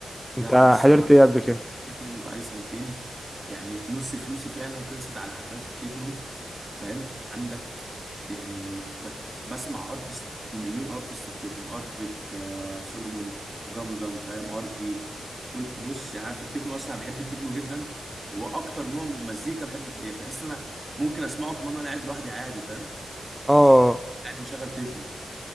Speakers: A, on the right (about 30°); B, in the centre.
A: لا
B: انت
A: بص
B: حضرت
A: وانا
B: ايه قبل
A: انا
B: كده
A: في التكنو بقالي سنتين يعني نص فلوسي فعلا خلصت على حفلات التكنو فاهم عندك يعني بت- بسمع ارتست مليون ارتست في تكنو ارت بيت آه، سولومون جام جام فاهم ارجي كل بص يعني أنا في التكنو اصلا أنا بحب التكنو جدا هو اكتر نوع مزيكا بحب يعني بحس ان انا ممكن اسمعه كمان وانا قاعد لوحدي عادي فاهم
B: اه
A: قاعد مشغل تكنو